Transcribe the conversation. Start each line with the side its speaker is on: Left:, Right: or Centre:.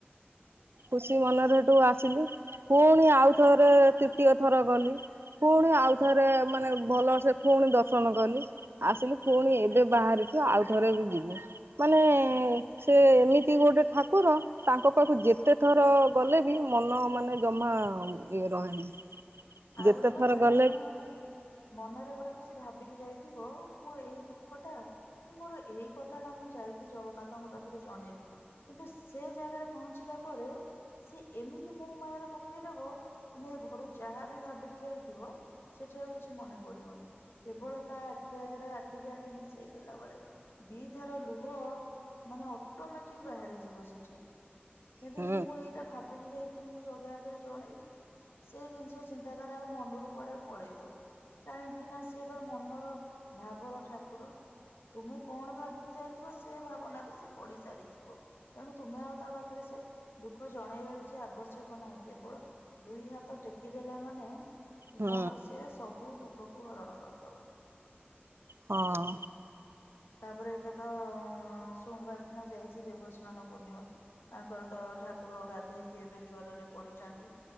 Right: ଖୁସି ମନରେ ହେଠୁ ଆସିଲି ପୁଣି ଆଉ ଥରେ ତୃତୀୟ ଥର ଗଲି ପୁଣି ଆଉଥରେ ମାନେ ଭଲ ସେ ପୁଣି ଦର୍ଶନ କଲି ଆସିଲି ପୁଣି ଏବେ ବାହାରିଚୁ ଆଉ ଥରେ ବି ଯିବୁ। ମାନେ ସେ ଏମିତି ଗୋଟେ ଠାକୁର ତାଙ୍କ ପାଖକୁ ଯେତ ଏତେ ଥର ଗଲେ ବି ମନ ମାନେ ଜମା ଇଏ ରହେନି
Left: ଆଉ
Right: ଯେତେ
Left: ଗୋଟେ କଥା
Right: ଥର ଗଲେ
Left: ମାନେ ମନରେ ଗୋଟେ କିଛି ଭାବିକି ଯାଇଥିବ ମୁଁ ଏଇ ଦୁଃଖଟା କି ମୋର ଏଇ କଥା ଟା ମୁଁ ଯାଇକି ଜଗନ୍ନାଥଙ୍କ ପାଖରେ ଜଣେଇବି କିନ୍ତୁ ସେ ଜାଗାରେ ପହଞ୍ଚିଲା ପରେ ସେ ଏମିତି ମୋହ ମାୟାରେ ପକେଇଦବ ତମେ ଘରୁ ଯାହା ବି ଭାବିକି ଯାଇଥିବ ସେଠି ଆଉ କିଛି ମନେ ପଡିବନି। କେବଳ ତା ଆଖି ଆଗରେ ଆଖିକ ଆଖି ମିଶେଇ ଦେଲା ବେଳେ ଦି ଧର ଲୁହ ମାନେ ଅଟୋମେଟିକି ବାହାରି ଯିବ ସେଠି। କିନ୍ତୁ
Right: ହୁଁ
Left: ମୁଁ ଏଇଟା ଭାବିକି ଯାଇଥିଲି ମୁଁ ଜଗା ଆଗେରେ ଜଣେଇବି। ତେ ଜିନିଷ ଚିନ୍ତାଧାରା ଆଉ ମନୁରୁ କୁଆଡେ ପଳେଇବ। କାହିଁକି ନା ସିଏ ପା ମନର ଭାବର ଠାକୁର। ତୁମେ କଣ ଭାବିକି ଯାଇଥିବ ସେ ଭାବନାକୁ ସିଏ ପଢି ସାରିଥିବ। ତେଣୁ ତୁମେ ଆଉ ତା ପାଖେରେ ସେ ଦୁଃଖ ଜଣେଇବା କିଛି ଆବଶ୍ୟକ ନାହିଁ କେବଳ ଦୁଇ ହାତ ଟେକି ଦେଲା ମାନେ ତୁମର
Right: ହୁଁ
Left: ସେ ସବୁ ଦୁଃଖକୁ ହରଣ କରିଦବ।
Right: ହଁ।
Left: ତାପରେ ଏବେ ତ ସୋଁବାର ଦିନ ଯାଇଛି ଦେବସ୍ନାନ ପୂର୍ଣ୍ଣିମା। ତାଙ୍କର ତ ଠାକୁର ଗାଧେଇକି ଏବେ ଜ୍ୱରରେ ପଡିଚନ୍ତି।